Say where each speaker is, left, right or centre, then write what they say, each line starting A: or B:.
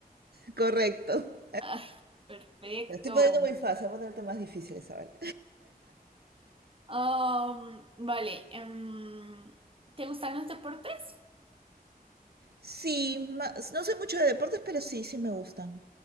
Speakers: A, on the right; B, on the right.
A: Correcto.
B: Ah, perfecto.
A: Lo estoy poniendo muy fácil, voy a ponerte más difíciles ahora.
B: Um, vale, em, ¿te gustan los deportes?
A: Sí, más- no sé mucho de deportes, pero sí, sí me gustan.